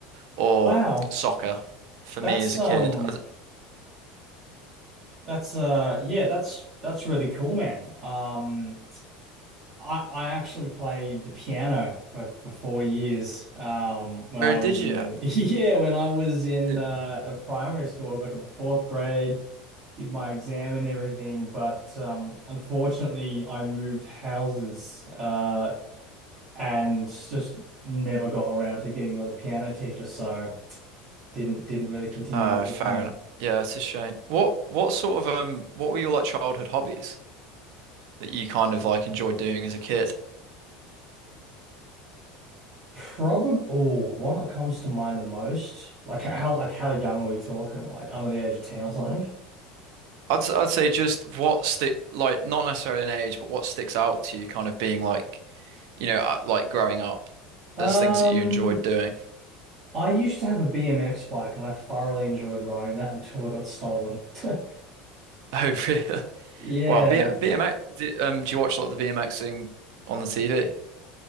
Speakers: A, on the right; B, on the right.
A: or
B: Wow,
A: soccer for
B: that's
A: me as a
B: um,
A: kid. I-
B: that's uh, yeah, that's that's really cool, man. Um, I, I actually played the piano for, for four years um, when
A: Or
B: I
A: did
B: was
A: you?
B: in
A: Uh,
B: <laughs> yeah when I was in
A: Did-
B: uh, primary school I got to the fourth grade did my exam and everything but um, unfortunately I moved houses uh, and just never got around to getting another piano teacher so didn't didn't really continue
A: Uh,
B: doing piano
A: fair enough. Yeah, it's a shame. What what sort of um what were your like childhood hobbies that you kind of like enjoyed doing as a kid?
B: probably oh the one that comes to mind the most like how like how young are we talking like under the age of 10 or something
A: I'd I'd say just what stick like not necessarily an age, but what sticks out to you, kind of being like you know uh, like growing up
B: Um,
A: as things that you enjoyed doing. <laughs>
B: I used to have a BMX bike and I thoroughly enjoyed riding that until it got stolen. <laughs>
A: Oh, really?
B: Yeah.
A: Well, B BMX. Do, um, do you watch a lot of the BMXing on the TV?